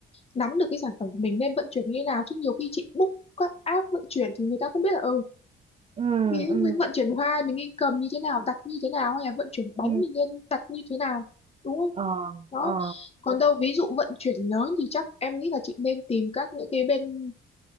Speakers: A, on the left (about 30°); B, on the right (about 30°).
A: nắm được cái sản phẩm của mình nên vận chuyển như thế nào chứ nhiều khi chị book các app vận chuyển thì người ta không biết là ừ
B: Ừ
A: vì
B: ừ
A: mình vận chuyển hoa mình nên cầm như thế nào đặt như thế nào hay là vận chuyển
B: ừ.
A: bánh mình nên đặt như thế nào đúng không
B: Ờ
A: đó
B: ờ.
A: còn đâu ví dụ vận chuyển lớn thì chắc em nghĩ là chị nên tìm các những cái bên